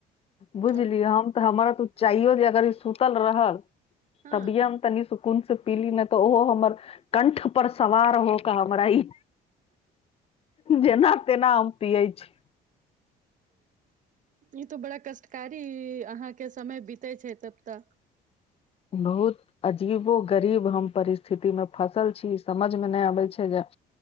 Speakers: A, on the left; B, on the right.
A: बुझलिय
B: अब
A: हम त हमरा त चाहियो जे अगर ई सुतल रहल
B: हँ
A: तभिय हम तनी सु <unintelligible> से पीली नहि त ओहो हमर कंठ पर सवार होक हमरा ई जेना तेना हम पियै छी
B: ई त बड़ा कष्टकारी अहाँके समय बीते छै तब त
A: बहुत अजीबो गरीब हम परिस्थितिमे फँसल छी समझमे नै अबै छै जे